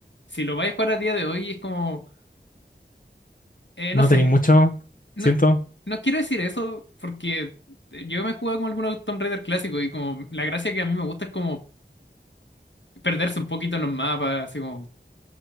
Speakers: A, on the left; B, on the left.
A: si lo vais a jugar a día de hoy es como. eh,
B: no
A: no sé.
B: tenéis mucho,
A: No,
B: siento.
A: no quiero decir eso porque yo me he jugado con algunos Tomb Raider clásicos y como la gracia que a mí me gusta es como perderse un poquito en los mapas, así como